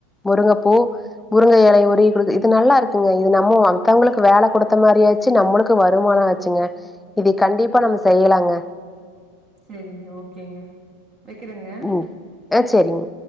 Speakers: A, in the centre; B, on the right.
A: முருங்கப்பூ முருங்க எலைய உருவி குடுத்து இது நல்லாருக்குங்க இது நம்ம மத்தோங்ளுக்கு வேல குடுத்த மாரியு ஆச்சு நம்மளுக்கு வருமானோ ஆ ச்சுங்க இது கண்டிப்பா நம்ம செய்லாங்க
B: செரிங்க ஓகேங்க வைக்கிறேங்க.
A: ம் ஆ செரிங்க